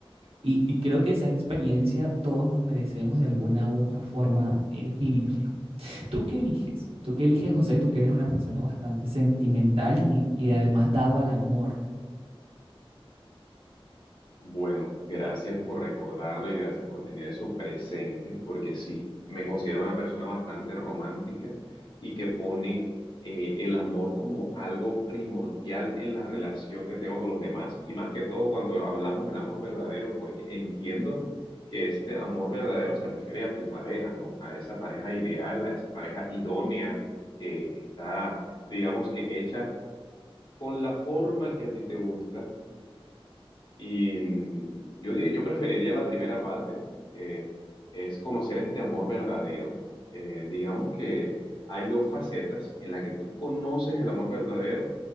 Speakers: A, on the right (about 70°); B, on the left (about 55°).
A: Y, y creo que esa experiencia todos nos merecemos de alguna u otra forma eh, vivirla. ¿Tú qué eliges? ¿Tú qué eliges, José? Tú que eres una persona bastante sentimental y, y además dado al amor.
B: Bueno, gracias por recordarlo y gracias por tener eso presente, porque sí, me considero una persona bastante romántica y que pone eh, el amor como algo primordial en la relación que tengo con los demás y más que todo cuando hablamos del amor verdadero, porque entiendo que este amor verdadero se refiere a tu pareja, ¿no? A esa pareja ideal, a esa pareja idónea que está, digamos que hecha con la forma que a ti te gusta y mm, yo, di- yo preferiría la primera parte, que es conocer este amor verdadero. Eh, digamos que hay dos facetas en la que tú conoces el amor verdadero,